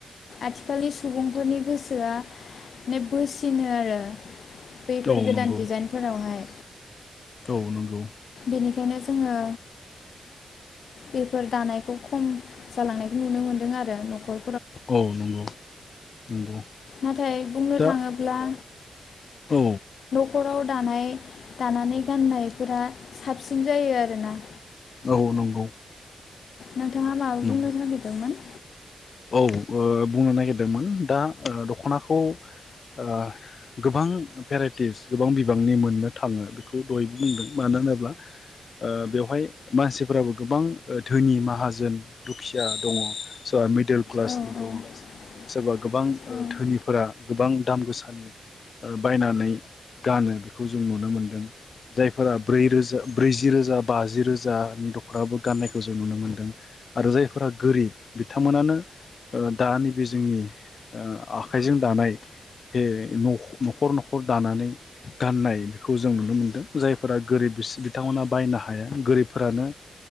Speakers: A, on the left; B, on the left.
A: आथिखालनि सुबुंफोरनि गोसोआ माने बोसिनो आरो बैफोर
B: औ
A: गोदान
B: नंगौ
A: डिजाइनफोरावहाय।
B: औ नंगौ।
A: बेनिखायनो जोङो बेफोर दानायखौ खम जालांनायखौ नुनो मोनदों आरो नखर
B: औ नंगौ नंगौ।
A: नाथाय बुंनो
B: दा
A: थाङोब्ला
B: औ।
A: खराव दानाय दानानै गाननायफोरा साबसिन जायो आरोना।
B: औ नंगौ।
A: नोंथाङा माबा बुंनो
B: नंगौ
A: नागिरदोंमोन
B: औ ओ बुंनो नागिरदोंमोन दा ओ दखनाखौ ओ गोबां भेराइटिस गोबां बिबांनि मोननो थाङो बेखौ दहाय बुंदों मानो होनोब्ला ओ बेवहाय मानसिफोराबो गोबां धोनि माहाजोन दुखिया दङ सोरबा डिल क्लासनि
A: औ
B: दङ
A: औ
B: सोरबा गोबां ओ
A: औ
B: धोनिफोरा गोबां दाम गोसानि ओ बायनानै गानो बेखौ जों नुनो मोनदों जायफोरा ब्रै रोजा ब्रैजि रोजा बाजि रोजानि दखनाबो गाननायखौ जों नुनो मोनदों आरो जायफोरा गोरिब बिथांमोनानो ओ दा नैबे जोंनि ओ आखाइजों दानाय बे न नखर नखर दानानै गाननाय बेखौ जों नुनो मोनदों जायफोरा गोरिब बिसो बिथांमोना बायनो हाया गोरिबफोरानो